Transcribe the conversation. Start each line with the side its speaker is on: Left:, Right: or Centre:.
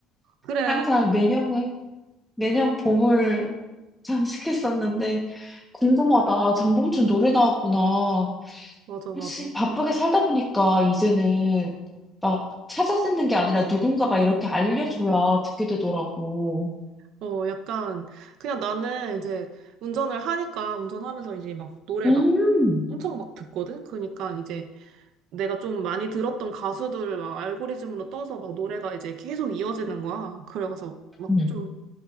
Right: 그래.
Centre: 항상 매년, 매년 봄을 장식했었는데, 궁금하다.
Right: 응,
Centre: 장범준 노래 나왔구나.
Right: 맞아, 맞아.
Centre: 사실 바쁘게 살다 보니까 이제는 막 찾아 듣는 게 아니라 누군가가 이렇게 알려줘야 듣게 되더라고.
Right: 어, 약간, 그냥 나는 이제 운전을 하니까, 운전하면서 이제 막 노래
Centre: 음.
Right: 막 엄청 막 듣거든? 그러니까 이제 내가 좀 많이 들었던 가수들을 막 알고리즘으로 떠서 막 노래가 이제 계속 이어지는 거야. 그래가서 막좀
Centre: 음.